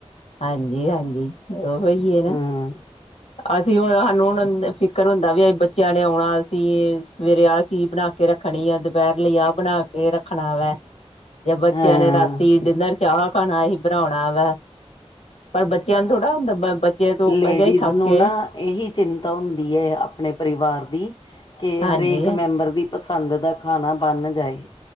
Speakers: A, on the left (about 65°); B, on the left (about 45°).
A: ਹਾਂਜੀ-ਹਾਂਜੀ, ਉਹਹੀ ਹੈ ਨਾ।
B: ਹਮ
A: ਅਸੀਂ ਹੁਣ ਸਾਨੂੰ ਹੁਣ ਫਿਕਰ ਹੁੰਦਾ ਵੀ ਬੱਚਿਆਂ ਨੇ ਆਉਣਾ, ਅਸੀਂ ਸਵੇਰੇ ਆਹ ਚੀਜ਼ ਬਣਾ ਕੇ ਰੱਖਣੀ ਆ, ਦੁਪਹਿਰ ਲਈ ਆਹ ਬਣਾ ਕੇ ਰੱਖਣਾ ਵੈ। ਜਾਂ ਬੱਚਿਆਂ
B: ਹਾਂ।
A: ਨੇ ਰਾਤੀ ਡਿਨਰ ਚ ਆਾਹ ਖਾਣਾ ਅਹੀ ਬਣਾਉਣਾ ਵੈ। ਪਰ ਬੱਚੇਆਂ ਨੂੰ ਥੋੜ੍ਹਾ ਹੁੰਦਾ, ਬ ਬੱਚੇ ਤੋਂ
B: ਲੇਡੀਜ਼
A: ਪਹਿਲੇ ਹੀ ਥੱਕ
B: ਨੂੰ
A: ਕੇ
B: ਨਾ ਇਹੀ ਚਿੰਤਾ ਹੁੰਦੀ ਹੈ ਆਪਣੇ ਪਰਿਵਾਰ ਦੀ, ਕਿ
A: ਹਾਂਜੀ
B: ਹਰੇਕ ਮੈਂਬਰ ਦੀ ਪਸੰਦ ਦਾ ਖਾਣਾ ਬਣ ਜਾਏ।